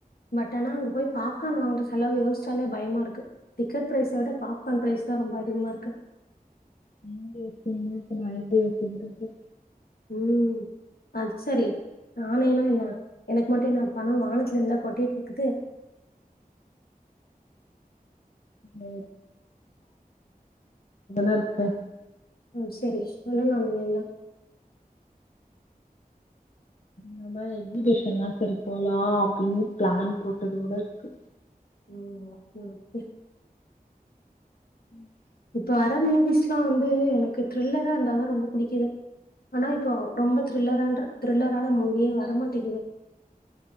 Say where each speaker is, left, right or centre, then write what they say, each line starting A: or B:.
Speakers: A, on the left; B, on the left.
A: பட் ஆனா அங்க போய் பாத் பாப்கான் வாங்குற செலவு யோசிச்சாலே பயமா இருக்கு டிக்கெட் பிரைஸ விட பாப்கான் பிரரைஸ் தா ரொம்ப அதிகமாக இருக்கு
B: <unintelligible> இருக்கு
A: ம் அது சேரி நானேனா என்ன எனக்கு மட்டு என்ன பணோ வானத்துல இருந்தா கொட்டிட்டு இருக்குது
B: <inaudible> இருக்கே
A: ம் சேரி சொல்லுவ நீ எல்லா
B: நம்ம எக்ஸிபிஷன் எல்லா செரி போலா அப்டின்னு பிளான் போட்டதோட இருக்கு
A: ம் ஓகே ஓகே
B: ம்
A: இப்ப வர மூவிஸ் எல்லா வந்து எனக்கு திரில்லரா இருந்தாதா ரொம்ப பிடிக்குது ஆனா இப்போ ரொம்ப திரில்லரான திரில்லரான மூவியே வரமாட்டேங்குது